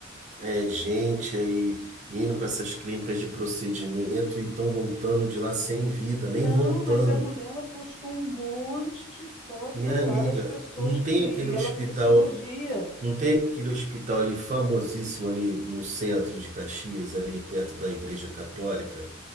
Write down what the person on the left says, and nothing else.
Não,
mas a mulher ela postou um monte de foto
lá
das pessoas
que
ela fez a cirurgia.